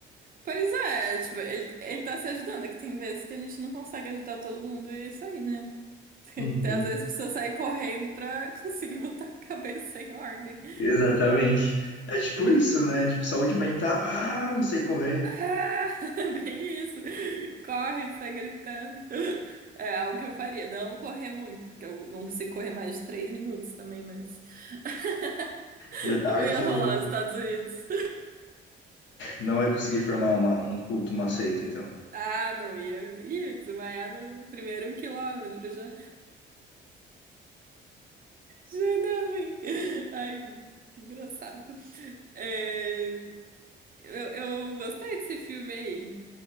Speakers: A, on the right (about 45°); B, on the left (about 70°).
A: Pois é, tipo, ele, ele tá se ajudando, é que tem vezes que a gente não consegue ajudar todo mundo e é isso aí, né? <laughs>
B: Uhum.
A: Até às vezes precisa sair correndo pra <laughs> conseguir botar a cabeça em ordem.
B: Exatamente. É tipo isso, né? Tipo, saúde mental, ah, não sei correndo.
A: Ah, <laughs> bem isso. Corre, sai gritando. É algo que eu faria. Não correr muito, porque eu não consigo correr mais de três minutos também, mas. <laughs>
B: Já tá
A: Não
B: arfando.
A: ia rolar os Estados Unidos.
B: Não vai conseguir formar uma, um culto, uma seita, então.
A: Ah, não ia. Ia desmaiar no primeiro um quilômetro já. Já dá ruim. Ai, que engraçado. É, eu, eu gostei desse filme aí.